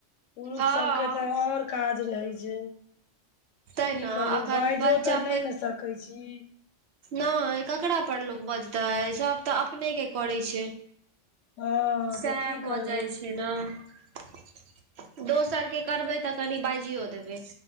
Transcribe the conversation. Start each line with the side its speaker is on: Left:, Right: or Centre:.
Left: पुरुख
Right: हँ
Left: सबके तऽ और काज रहै छै। की
Right: तै ने
Left: करबै
Right: अखन
Left: बइजो
Right: बच्चा
Left: तऽ न‌इ ने सकैय छी।
Right: न‌इ ककरा पर लोक बजतै सब तऽ अपने के करै छै।
Left: हँ
Right: सएह
Left: तऽ की
Right: भऽ
Left: करबू
Right: जाइ छै न दोसर के करबै तऽ कनि बाइजियो देबै,